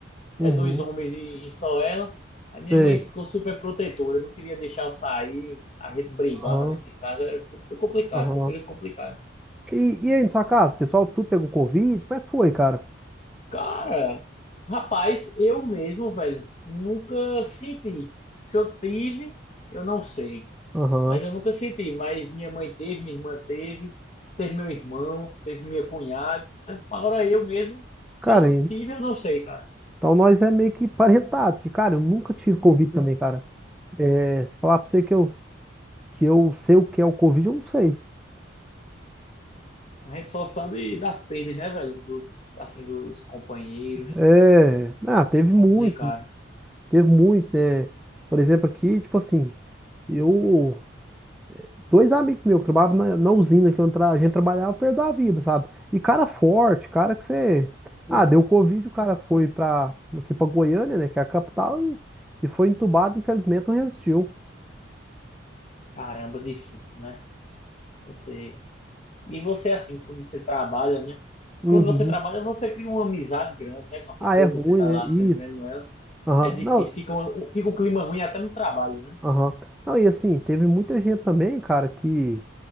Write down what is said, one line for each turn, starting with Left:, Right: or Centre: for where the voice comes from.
Centre: uhum,
Left: É dois homens e, e só ela. A
Centre: sei,
Left: minha mãe ficou super protetora, não queria deixar eu sair, a gente brigava
Centre: aham,
Left: dentro de casa, era foi complicado,
Centre: aham.
Left: foi um período complicado.
Centre: E, e aí, na sua casa, o pessoal tudo pegou Covid? Como é que foi, cara?
Left: Cara, rapaz, eu mesmo, velho, nunca senti. Se eu tive, eu não sei.
Centre: Aham,
Left: Mas eu nunca senti, mas minha mãe teve, minha irmã teve, teve meu irmão, teve minha cunhada. Agora eu mesmo, se
Centre: Cara,
Left: eu tive, eu não sei, cara.
Centre: então nós é meio que parentado, porque, cara, eu nunca tive Covid também, cara. É, Se falar pra você que eu, que eu sei o que é o Covid, eu não sei.
Left: A gente só sabe das perdas, né, velho? Dos, assim, dos companheiros.
Centre: É, ah, teve
Left: Complicado.
Centre: muito, né? teve muito, né? Por exemplo, aqui, tipo assim, eu, dois amigos meus que trabalhavam na, na usina que eu tra- a gente trabalhava, perdeu a vida, sabe? E cara forte, cara que você, ah, deu Covid, o cara foi pra, aqui pra Goiânia, né, que é a capital, e, e foi entubado, infelizmente não resistiu.
Left: Caramba, difícil, né? Você. E você, assim, quando você trabalha, né?
Centre: Uhum.
Left: Quando você trabalha, você cria uma amizade grande, né? Com a pessoa
Centre: Ah, é ruim,
Left: que você tá
Centre: né?
Left: lá
Centre: Isso.
Left: sempre vendo ela.
Centre: Aham.
Left: É difícil.
Centre: Não,
Left: Fica um, fica um clima ruim até no trabalho, né?
Centre: aham. Não, e assim, teve muita gente também, cara, que